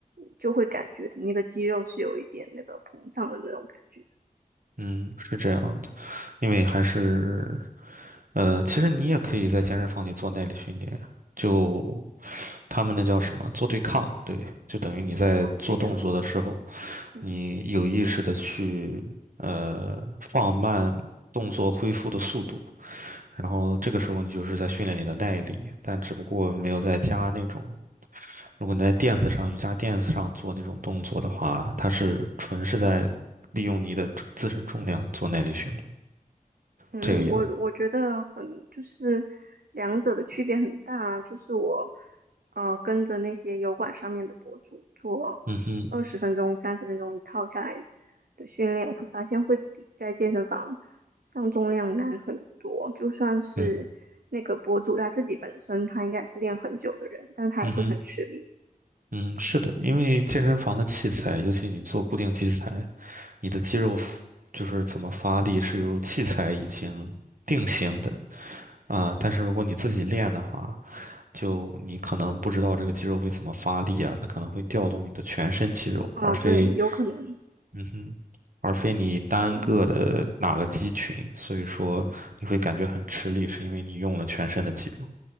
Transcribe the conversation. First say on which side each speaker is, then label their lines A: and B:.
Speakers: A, on the right (about 80°); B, on the right (about 65°).
A: 就会感觉你那个肌肉是有一点那个膨胀的那种感觉
B: 嗯，是这样的，因为还是呃，其实你也可以在健身房里做耐力训练，就他们那叫什么，做对抗，对，就等于你在做动作的时候，
A: 啊，对抗。嗯。
B: 你有意识的去呃放慢动作恢复的速度，然后这个时候你就是在训练你的耐力，但只不过没有在加那种。如果你在垫子上、瑜伽垫子上做那种动作的话，它是纯是在利用你的自身重量做耐力训练，
A: 嗯，
B: 这个样。
A: 我我觉得很就是两者的区别很大，就是我呃跟着那些油管上面的博主做二十分钟、
B: 嗯哼，
A: 三十分钟一套下来的训练，我会发现会比在健身房上重量难很多。就算是那个博主他自己本身他应该是练很久的人，
B: 对，
A: 但他也会很吃力
B: 嗯哼，嗯，是的，因为健身房的器材，尤其你做固定器材，你的肌肉 f- 就是怎么发力是由器材已经定型的啊，但是如果你自己练的话，就你可能不知道这个肌肉会怎么发力啊，它可能会调动你的全身肌肉，
A: 啊，
B: 而非
A: 对，有可能，
B: 嗯哼，而非你单个的哪个肌群，
A: 嗯。
B: 所以说你会感觉很吃力，是因为你用了全身的肌肉。